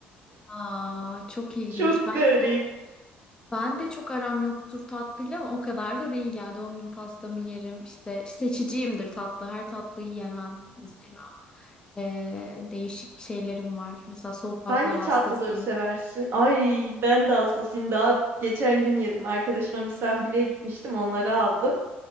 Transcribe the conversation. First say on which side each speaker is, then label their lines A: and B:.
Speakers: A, on the left (about 20°); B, on the right (about 55°).
A: Aa çok ilginç.
B: Çok
A: Ben
B: garip.
A: de ben de çok aram yoktur tatlıyla ama o kadar da değil yani doğum günü pastamı yerim işte seçiciyimdir tatlı her tatlıyı yemem mesela. Ee, değişik şeylerim var. Mesela soğuk baklava
B: Hangi tatlıları
A: hastasıyım.
B: seversin? Ay ben de hastasıyım. Daha geçen gün yedim. Arkadaşıma misafirliğe gitmiştim. Onları aldım.